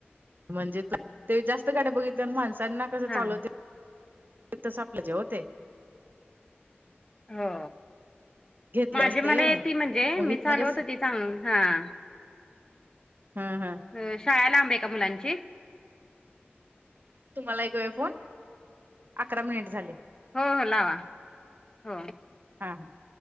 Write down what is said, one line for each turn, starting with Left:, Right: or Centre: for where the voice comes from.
Right: म्हणजे ते जास्त गाड्या बघितल्या आणि माणसांना कसं
Left: हा
Right: चालवतय. ते तस आपल्या जे होते
Left: हो
Right: घेतले
Left: माझी
Right: असते
Left: मला येती म्हणजे
Right: मग
Left: मी
Right: इथनं
Left: चालवतं
Right: कस
Left: होती चांग हां.
Right: हा हा
Left: हो शाळा लांब आहे का मुलांची.
Right: तुम्हाला ऐकया फोन अकरा मिनिट झाले
Left: हो हो लावा हो
Right: हा हा